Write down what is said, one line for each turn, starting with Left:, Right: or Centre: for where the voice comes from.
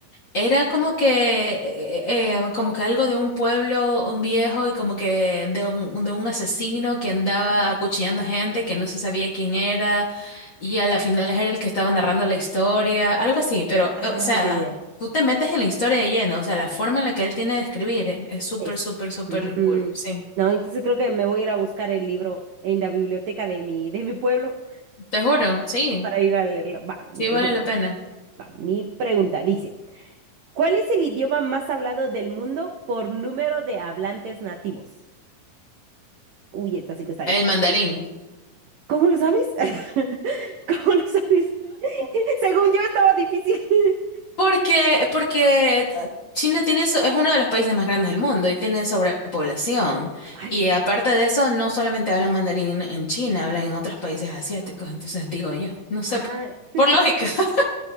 Left: Era como que, eh, eh, como que algo de un pueblo, un viejo y como que de un, de un asesino que andaba
Right: mm,
Left: acuchillando gente que no se sabía quién era y a la final era el que estaba narrando la historia, algo así, pero,
Right: ah,
Left: o sea,
Right: ya, ya, ya.
Left: tú te metes en la historia de lleno, o sea, la forma en la que él tiene de escribir eh, es súper,
Right: Es.
Left: súper, súper
Right: Mm,
Left: cool, sí,
Right: No, entonces creo que me voy a ir a buscar el libro en la biblioteca de mi, de mi pueblo
Left: te juro, sí,
Right: para ir a leerlo. Va, entonces,
Left: sí vale la pena.
Right: va. Mi pregunta dice, ¿cuál es el idioma más hablado del mundo por número de hablantes nativos? Uy, esta sí que está
Left: El
Right: difícil.
Left: mandarín.
Right: ¿Cómo lo sabes? <laughs> ¿Cómo lo sabes? <laughs> Según yo estaba difícil. <laughs>
Left: Porque, porque ah, China tiene, so- es uno de los países más grandes del mundo y tiene sobrepoblación.
Right: Ay,
Left: Y
Right: s-
Left: aparte de eso, no solamente hablan mandarín en, en China, hablan en otros países asiáticos.
Right: mm,
Left: Entonces digo yo, no sé,
Right: ah,
Left: po-
Right: <laughs>
Left: por lógica. <laughs>